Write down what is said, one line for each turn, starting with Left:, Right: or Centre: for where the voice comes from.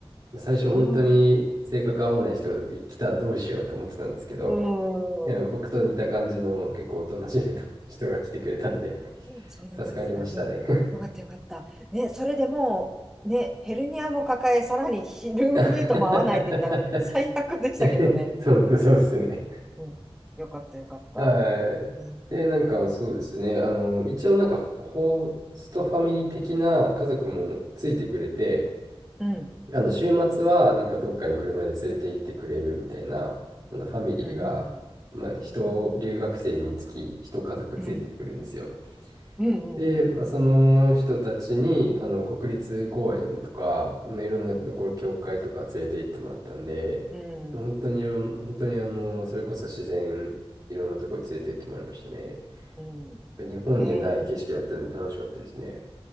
Right: 最初、
Centre: ああ。
Right: 本当に性格合わない人が来たらどうしようと思ってたんですけど、
Centre: うーん。
Right: でも僕と似た感じの結構おとなしめの <laughs> 人が来てくれたんで、
Centre: そうだったんですか。
Right: 助かりましたね。
Centre: よ、よかったよかった。ね、それでもう、ね、ヘルニアも抱え、さらにヒルームメイトも合わないって言ったら最悪でしたけどね。
Right: <laughs> そう、そうですね。
Centre: うん。よかったよかった。
Right: はい。
Centre: うん。
Right: で、なんかそうですね。あの、一応なんかホストファミリー的な家族もついてくれて、
Centre: うん。
Right: あの、週末はなんかどっかに車で連れて行ってくれるみたいな、あのファミリーが、
Centre: うん。うん。うん
Right: まあ、人、
Centre: えー
Right: 留学生につき一家族ついてくるんですよ。
Centre: うん。うん。
Right: で、
Centre: うん。
Right: その人たちに、あの、国立公園とか、まあいろんなところ、
Centre: うん。
Right: 教会とか連れて行ってもらったんで、
Centre: うん。
Right: 本当にいろん、本当にあの、それこそ自然、いろんなところに連れて行ってもらいましたね。やっ
Centre: うんう
Right: ぱ日本にはない景色だったんで楽しかったですね。
Centre: んえー、